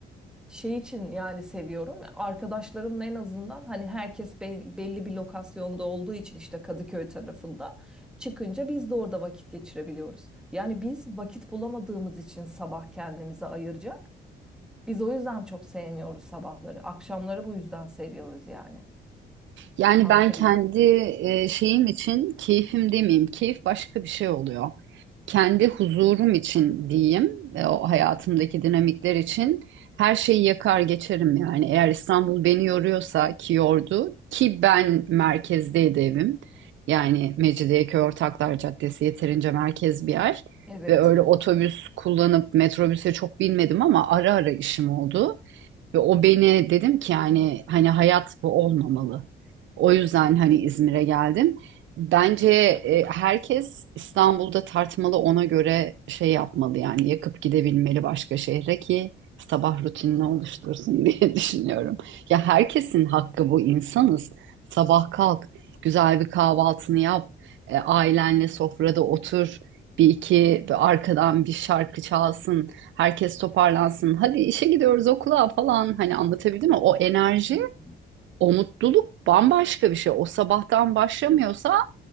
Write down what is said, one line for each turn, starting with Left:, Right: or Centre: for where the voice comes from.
Centre: şey için yani seviyorum. Arkadaşlarımla en azından hani herkes be- belli bir lokasyonda olduğu için işte Kadıköy tarafında çıkınca biz de orada vakit geçirebiliyoruz. Yani biz vakit bulamadığımız için sabah kendimize ayıracak. Biz o yüzden çok sevmiyoruz sabahları. Akşamları bu yüzden seviyoruz yani.
Right: Yani
Centre: Anlatabildim
Right: ben kendi
Centre: mi?
Right: e, şeyim için keyfim demeyeyim. Keyif başka bir şey oluyor. Kendi huzurum için diyeyim. e, o hayatımdaki dinamikler için her şeyi yakar geçerim yani. Eğer İstanbul beni yoruyorsa ki yordu ki ben merkezdeydi evim. Yani Mecidiyeköy Ortaklar Caddesi yeterince merkez bir yer.
Centre: Evet.
Right: Ve öyle otobüs kullanıp metrobüse çok binmedim ama ara ara işim oldu. Ve o beni dedim ki yani hani hayat bu olmamalı. O yüzden hani İzmir'e geldim. Bence e, herkes İstanbul'da tartmalı ona göre şey yapmalı yani yakıp gidebilmeli başka şehre ki sabah rutinini oluştursun <laughs> diye düşünüyorum. Ya herkesin hakkı bu insanız. Sabah kalk, güzel bir kahvaltını yap, e, ailenle sofrada otur, bir iki bir arkadan bir şarkı çalsın herkes toparlansın. Hadi işe gidiyoruz okula falan hani anlatabildim mi? O enerji,
Centre: Hmm.
Right: o mutluluk bambaşka bir şey. O sabahtan başlamıyorsa